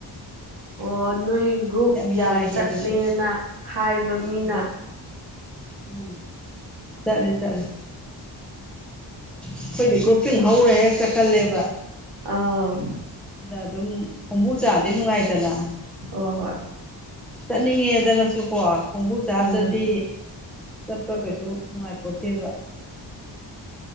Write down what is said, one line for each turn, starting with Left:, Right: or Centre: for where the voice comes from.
Right: ꯑꯣ ꯅꯣꯏ ꯒ꯭ꯔꯨꯞ
Centre: ꯅꯨꯡꯉꯥꯏꯈꯤ
Right: ꯌꯥꯝ ꯆꯠꯂꯦꯅ
Centre: ꯑꯗꯨꯁꯨ
Right: ꯍꯥꯏꯕ ꯃꯤꯅ
Centre: ꯎꯝ ꯎꯝ ꯆꯠꯂꯦ ꯆꯠꯂꯦ ꯑꯩꯈꯣꯏꯗꯤ ꯒ꯭ꯔꯨꯞꯄꯤꯡ ꯍꯧꯔꯦ ꯍꯦꯛ ꯆꯠ ꯀꯜꯂꯦꯕ
Right: ꯑꯥꯝ
Centre: ꯑꯗꯨꯅ ꯑꯗꯨꯝ ꯈꯣꯡꯕꯨ ꯆꯥꯗꯤ ꯅꯨꯡꯉꯥꯏꯗꯅ
Right: ꯍꯣ ꯍꯣꯏ
Centre: ꯆꯠꯅꯤꯡꯉꯦꯗꯅꯁꯨꯀꯣ ꯈꯣꯡꯕꯨ ꯆꯥꯗ꯭ꯔꯗꯤ
Right: ꯎꯝ
Centre: ꯆꯠꯄ ꯀꯩꯁꯨ ꯅꯨꯡꯉꯥꯏꯄꯣꯇꯦꯕ